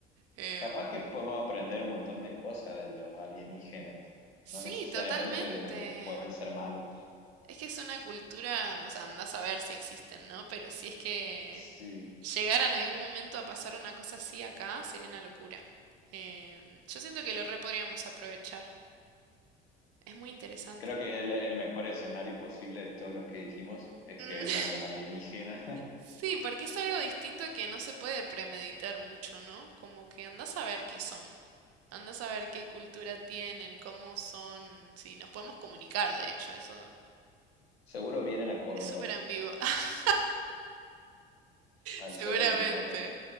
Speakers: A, on the right; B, on the left.
A: Em,
B: Capaz que podemos aprender un montón de cosas de los alienígenas.
A: sí,
B: No necesariamente
A: totalmente.
B: pueden ser malos.
A: Es que es una cultura, o sea, andás a ver si existen, ¿no? Pero si es que
B: Sí.
A: llegara en algún momento a pasar una cosa así acá, sería una locura. Em, yo siento que lo re podríamos aprovechar. Es muy interesante.
B: Creo que el, el mejor escenario posible de todos los que dijimos es
A: <laughs>
B: que vengan los alienígenas. <laughs>
A: Sí, porque es algo distinto que no se puede premeditar mucho, ¿no? Como que andás a ver qué son, andás a ver qué cultura tienen, cómo son, si nos podemos comunicar, de hecho, eso
B: Seguro vienen a Córdoba,
A: es súper ambiguo. <laughs>
B: al
A: Seguramente,
B: Cerro Uritorco.